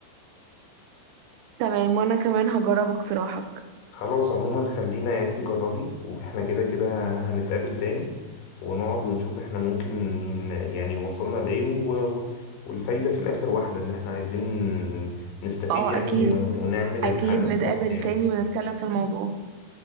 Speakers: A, on the right; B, on the left.
A: تمام وانا كمان هجرب اقتراحك
B: خلاص عموما خلينا يعني انت جربي واحنا كده كده هنتقابل تاني ونقعد ونشوف احنا ممكن ن- يعني وصلنا لإيه و... و... والفايدة في الآخر واحدة إن احنا عايزين نستفيد
A: اه
B: يعني
A: اكيد
B: و... ونعمل
A: اكيد
B: الحاجة
A: نتقابل
B: الصح يعني
A: تاني ونتكلم في الموضوع